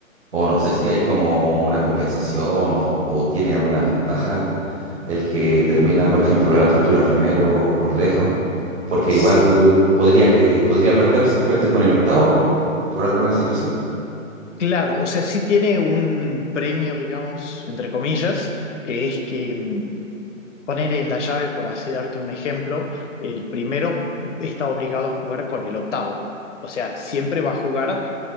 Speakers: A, on the right; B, on the left.
A: O no sé si hay como una compensación o, o tiene alguna ventaja el que termina, por ejemplo, la apertura primero por lejos. Porque
B: S-
A: igual podría que, podría perder simplemente con el octavo por alguna situación.
B: Claro, o sea, sí tiene un premio, digamos, entre comillas, que es que mm, poner en la llave, por así darte un ejemplo, el primero está obligado a jugar con el octavo. O sea, siempre va a jugar